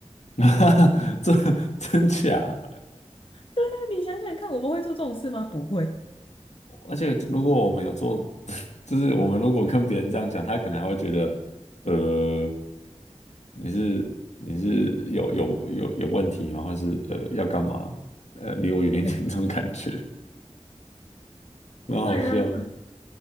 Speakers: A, on the left; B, on the left.
A: <laughs> 这真假？
B: 对啊，你想想看，我们会做这种事吗？不会。
A: 而且如果我们有做，<laughs> 就是我们如果跟别人这样讲，他可能还会觉得，呃，你是你是有有有有问题吗？或是呃要干嘛？呃，离我远一点这种感觉，
B: 对
A: 蛮好笑
B: 对啊，